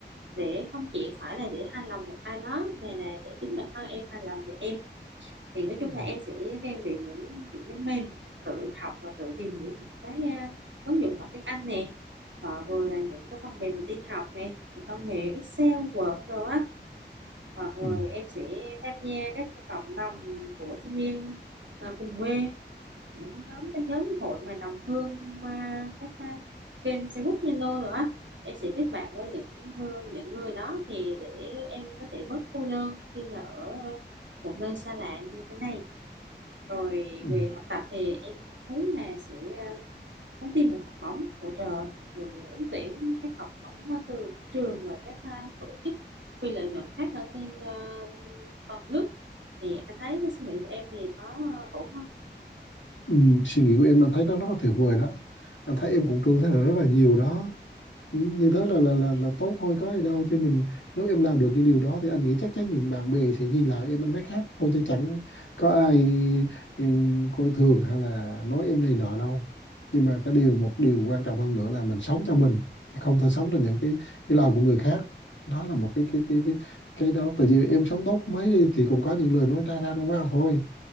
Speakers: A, on the right; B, on the left.
A: để không chỉ phải là để hài lòng một ai đó mà là để chính bản thân em hài lòng về em thì nói
B: ừ.
A: chung là em sẽ rèn luyện những kỹ năng mềm tự học và tự tìm hiểu những cái à, ứng dụng học tiếng Anh nè hoặc rồi là những cái phần mềm về tin học nè những công nghệ Excel Word rồi á hoặc rồi
B: Ừ.
A: em sẽ tham gia các cái cộng đồng của sinh viên à, cùng quê những nhóm các nhóm hội mà đồng hương qua các à, kênh Facebook Zalo rồi á em sẽ kết bạn với những ờ, những người đó thì để em có thể bớt cô đơn khi mà ở một nơi xa lạ như thế này rồi
B: Ừ.
A: về học tập thì em muốn là sẽ ờ, nhắn tin về học bổng hỗ trợ rồi ứng tuyển các học bổng ờ, từ các trường và các ờ, tổ chức phi lợi nhuận khác ở trên ờ, toàn nước thì anh thấy cái suy nghĩ của em thì có ờ, ổn không?
B: Ừ. suy nghĩ của em anh thấy nó rất là tuyệt vời đó anh thấy em cũng trưởng thành rất là nhiều đó Ừ, như thế là là là là tốt thôi có gì đâu chứ mình nếu em làm được những điều đó thì anh nghĩ chắc chắn những bạn bè sẽ nhìn lại em ánh mắt khác thôi chứ chẳng có ai ừ, coi thường hay là nói em này nọ đâu nhưng mà cái điều một điều quan trọng hơn nữa là mình sống cho mình chứ không thể sống cho những cái cái lời của người khác đó là một cái cái cái cái, cái đó tại vì em sống tốt mấy đi thì cũng có những lời nói ra ra nó vào thôi